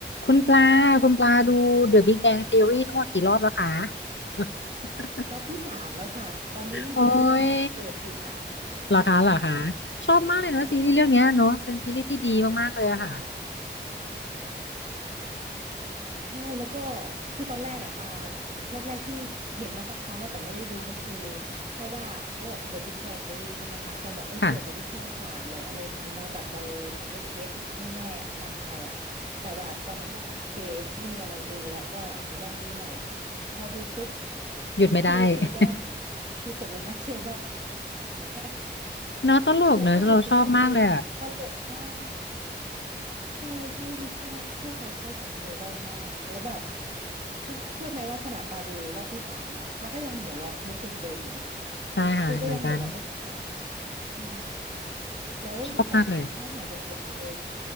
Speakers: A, on the left; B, on the right.
A: คุณปลาคุณปลาดู The Big Bang Theory ทั้งหมดกี่รอบแล้วคะ <laughs>
B: รอบที่สามแล้วค่ะ ตอนนี้จริงๆก็ยังเปิดอยู่นะ
A: โอ้ยเหรอคะเหรอคะชอบมากเลยเนาะซีรีส์เรื่องเนี้ยเนาะเป็นซีรีส์ที่ดีมากๆเลยอะค่ะ
B: จ้ะใช่แล้วก็คือตอนแรกอะปาแรกๆที่เห็นมาสักพักแล้วแต่ไม่ได้ดูสักทีเพราะว่าเขาแบบ The Big Bang Theory ใช่ไหมคะคงแบบเออเกี่ยวกับวิทยาศาสตร์แหละอะไรอย่างนี้เนาะแบบเรา
A: ค่ะ
B: ไม่เก็ตแน่ๆอะฟังไปอะแต่แบบตอนนั้นก็อ่ะโอเคไม่มีอะไรดูแล้วก็ไหนลองดูหน่อยแต่พอดูปุ๊บ
A: หยุดไม่ได้
B: คือเชลดอน
A: <laughs>
B: คือตกหลุมรักเชลดอน <laughs> ใช่
A: เนาะตลกเนอะเราชอบมากเลยอะ
B: คาแรคเตอร์ของเชลดอนคือตลกมาก ใช่ใช่คือชอบชอบคาแรคเตอร์ของเชลดอนมากแล้วแบบค่ะเชื่อไหมว่าขนาดปาดูรอบที่สามอ่ะปาก็ยังหัวเราะมุกเดิมๆอยู่นะ
A: ใช่ค่ะเหมือนกัน
B: คือก็ยังหัวเราะได้อยู่อืมแล้วของถ้าสาวคุณออยคือ
A: ชอบมากเลย